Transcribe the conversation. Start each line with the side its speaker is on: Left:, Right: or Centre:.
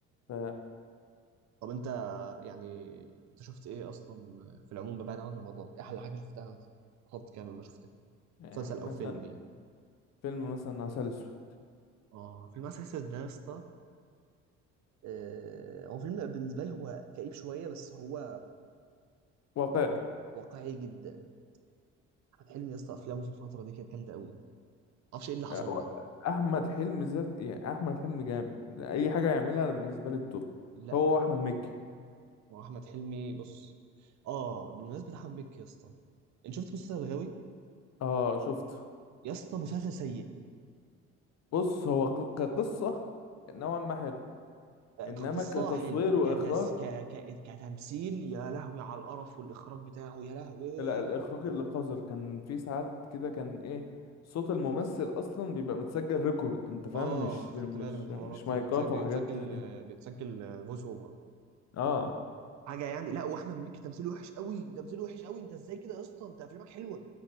Left: ف
Right: طب انت يعني انت شفت ايه اصلا في العموم بعيد عن رمضان ايه احلى حاجه شفتها مثلا خط كامل ما شفتها
Left: يعني
Right: مسلسل او
Left: مثلا
Right: فيلم يعني
Left: فيلم مثلا عسل أسود
Right: اه فيلم عسل اسود ده يا اسطى آه، هو فيلم بالنسبه لي هو كئيب شويه بس هو
Left: واقعي
Right: واقعي جدا احمد حلمي يا اسطى افلامه في الفتره دي كانت جامده قوي معرفش ايه اللي حصل
Left: هو
Right: له
Left: احمد حلمي ذات يعني احمد حلمي جامد اي حاجه يعملها انا بالنسبه لي التوب
Right: لا
Left: هو احمد مكي
Right: هو احمد حلمي بص اه بالمناسبه احمد مكي يا اسطى انت شفت مسلسل الغاوي
Left: اه شفته
Right: يا اسطى مسلسل سيء
Left: بص هو ق- كقصه نوعا ما حلو
Right: كقصة
Left: انما كتصوير
Right: حلو
Left: واخراج
Right: كتس... ك... ك... كتمثيل يا لهوي على القرف والإخراج بتاعه يا لهوي
Left: لا الاخراج اللي قذر كان في ساعات كده كان ايه صوت الممثل اصلا بيبقى متسجل ريكورد انت فاهم
Right: اه
Left: مش
Right: خدت
Left: مش
Right: بالي من الحوارات
Left: مش
Right: دي
Left: مايكات
Right: بتسجل بيتسجل
Left: وحاجات زي دي
Right: بيتسجل فويس اوفر
Left: اه
Right: حاجة يعني لا واحمد مكي تمثيله وحش قوي تمثيله وحش قوي انت ازاي كده يا اسطى انت افلامك حلوة